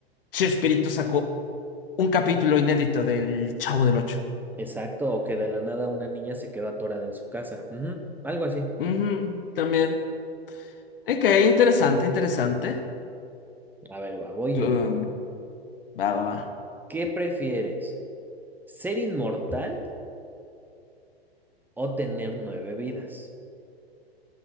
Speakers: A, on the left; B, in the centre.
A: Chespirito sacó un capítulo inédito del Chavo del Ocho.
B: Exacto, o que de la nada una niña se quedó atorada en su casa. Ujú, algo así.
A: Ujú, también. Ok, interesante, interesante.
B: A ver, va, voy
A: Uh,
B: yo.
A: va, va, va.
B: ¿Qué prefieres? ¿Ser inmortal o tener nueve vidas?